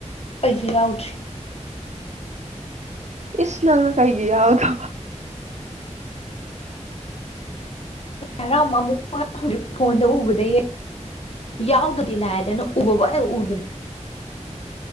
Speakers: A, on the left (about 55°); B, on the right (about 65°).
A: ꯑꯩꯁꯨ ꯌꯥꯎꯗ꯭ꯔꯤ
B: ꯏꯁ ꯅ ꯃ ꯀꯩꯒ ꯑꯣꯗ
A: ꯍꯔꯕ ꯑꯃꯨꯛꯔ ꯐꯣꯟꯗ ꯎꯕꯗ ꯌꯥꯎꯗ ꯂꯥꯏꯗꯅ ꯎꯕꯋ ꯎꯗ꯭ꯔ